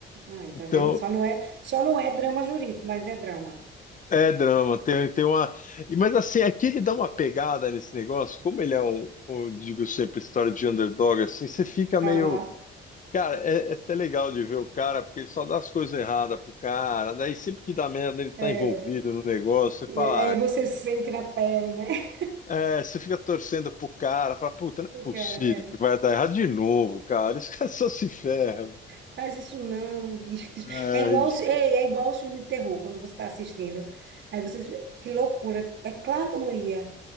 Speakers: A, on the right; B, on the left.
A: Aí,
B: Então,
A: tá vendo? Só não é, só não é drama jurídico, mas é drama.
B: É drama, tem, tem uma. e- Mas assim, aqui ele dá uma pegada nesse negócio, como ele é um, um, digo sempre, história de underdog, assim, você fica meio.
A: Aham.
B: Cara, é, é até legal de ver o cara, porque ele só dá as coisas erradas pro cara, daí sempre que dá merda ele tá
A: É,
B: envolvido no negócio,
A: E
B: você fala,
A: é, aí
B: ah,
A: você sente na pele, né? <laughs>
B: é, você fica torcendo pro cara, fala, puta, não é
A: O
B: possível
A: cara, é.
B: que vai dar errado de novo, cara, esse cara <laughs> só se ferra.
A: Faz isso não, bicho.
B: É,
A: É igual,
B: isso.
A: os- ei, é igual o filme de terror, quando você está assistindo. Aí você diz, que loucura. É claro que eu não ia.